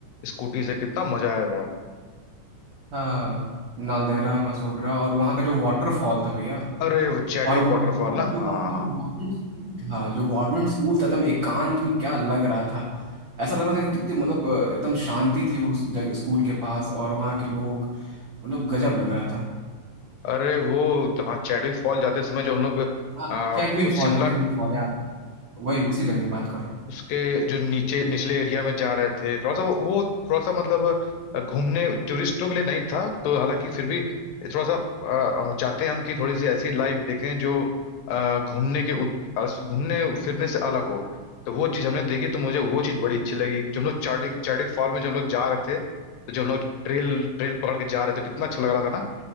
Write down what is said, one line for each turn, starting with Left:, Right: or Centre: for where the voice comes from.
Left: स्कूटी से कितना मजा आया था
Right: हाँ नालदेहरा मसोबरा और वहाँ का जो वाटरफॉल था भैया
Left: अरे वो चैडविक
Right: और वो
Left: वाटरफॉल
Right: वहाँ
Left: ना
Right: का जो
Left: हाँ
Right: वहाँ का जो गवर्नमेंट स्कूल था जो गवर्नमेंट स्कूल था एकदम एकांत में क्या लग रहा था ऐसा लग रहा था कि कितनी मतलब अ, एकदम शांति थी उस जगह स्कूल के पास और वहाँ के लोग मतलब गजब लग रहा था
Left: अरे वो तो हाँ चैडविक फॉल जाते समय जो हम लोग
Right: हाँ
Left: आ,
Right: चैडविक
Left: शिमला
Right: फॉल चैडविक फॉल याद वही उसी जगह की बात कर रहा हूँ
Left: उसके जो नीचे निचले एरिया में जा रहे थे थोड़ा सा वो, वो थोड़ा सा मतलब अ, घूमने टूरिस्टों के लिए नहीं था तो हालांकि फिर भी थोड़ा सा अ, हम चाहते हैं हम कि थोड़ी सी ऐसी लाइफ देखें जो अ, घूमने के उद- अस- घूमने फिरने से अलग हो तो वो चीज़ हमने देखी तो मुझे वो चीज़ बड़ी अच्छी लगी जब हम लोग चार्डिक चार्डिक फॉल में जब हम लोग जा रहे थे तो जब हम लोग ट्रेल ट्रेल पकड़ के जा रहे थे कितना अच्छा लग रहा था ना